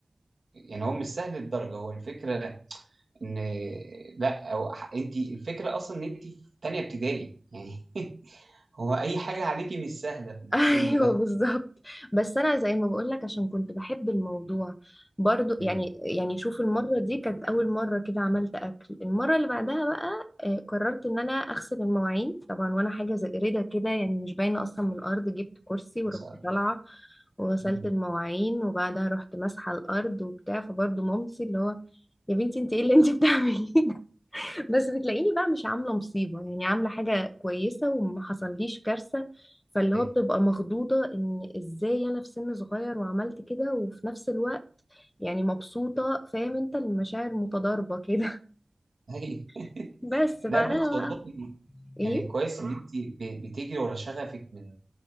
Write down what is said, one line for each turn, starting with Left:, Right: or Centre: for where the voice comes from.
Right: يعني هو مش سهل للدرجه هو الفكره ان لا او انت الفكره اصلا ان انت في تانية ابتدائي يعني <laughs> هو اي حاجه عليكي مش سهله في السن
Left: <laughs> ايوه
Right: ده
Left: بالظبط بس انا زي ما بقولك عشان كنت بحب الموضوع برضو يعني
Right: امم
Left: يعني شوف المره دي كانت اول مره كده عملت اكل المره اللي بعدها بقى آه، قررت ان انا اغسل المواعين طبعا وانا حاجه زي قريده كده يعني مش باينه اصلا من الارض جبت كرسي ورحت
Right: ما شاء الله
Left: طالعه وغسلت
Right: مم.
Left: المواعين وبعدها رحت ماسحه الارض وبتاع فبرضو مامتي اللي هو يا بنتي انت ايه اللي انت <laughs> بتعمليه بس بتلاقيني بقى مش عاملة مصيبة يعني عاملة حاجة كويسة وما حصليش كارثة فاللي
Right: ايوه
Left: هو بتبقى مخضوضة ان ازاي انا في سن صغير وعملت كده وفي نفس الوقت يعني مبسوطة فاهم انت المشاعر متضاربة كده
Right: ايوه
Left: <laughs> بس بعدها
Right: لا بس
Left: بقى
Right: والله
Left: ايه
Right: يعني كويس ان انت ب- بتجري ورا شغفك من